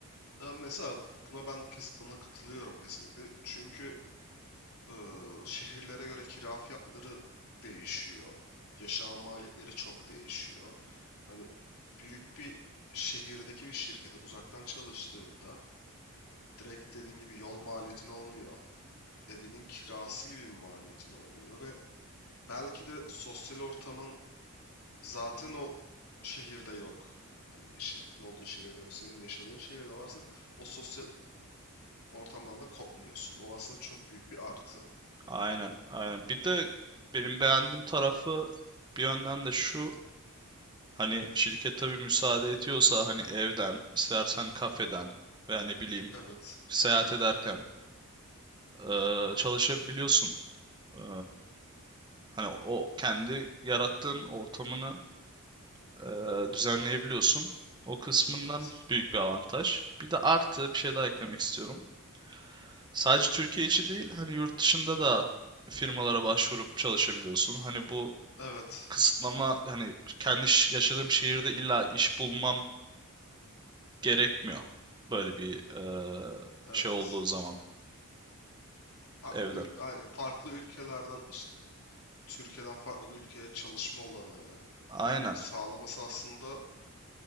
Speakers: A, on the left (about 80°); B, on the right (about 20°).
A: Ya mesela buna ben kes buna katılıyorum kesinlikle. Çünkü eee, şehirlere göre kira fiyatları değişiyor. Yaşama maliyetleri çok değişiyor. Hani büyük bir şehirdeki bir şirkete uzaktan çalıştığımda direkt dediğin gibi yol maliyetin olmuyor. Evinin kirası gibi bir maliyetin olmuyor ve belki de sosyal ortamın zaten o şehirde yok. Hani şirketin olduğu şehirde yok. Senin yaşadığın şehirde varsa o sosyal ortamdan da kopmuyorsun. O aslında çok büyük bir artı.
B: Aynen, aynen. Bir de benim beğendiğim tarafı bir yönden de şu, hani şirket tabii müsaade ediyorsa hani evden, istersen kafeden veya ne bileyim
A: Evet.
B: seyahat ederken eee, çalışabiliyorsun. Eee, hani o kendi yarattığın ortamını eee, düzenleyebiliyorsun. O kısmından
A: Evet.
B: büyük bir avantaj. Bir de artı bir şey daha eklemek istiyorum. Sadece Türkiye içi değil, hani yurt dışında da firmalara başvurup çalışabiliyorsun. Hani bu
A: Evet.
B: kısıtlama hani kendi ş- yaşadığım şehirde illa iş bulmam gerekmiyor. Böyle bir eee,
A: Evet.
B: şey olduğu zaman
A: A-
B: evden.
A: ü- Aynen. Farklı ülkelerden işte Türkiye'den farklı bir ülkeye çalışma olanağı
B: Aynen.
A: sağlaması aslında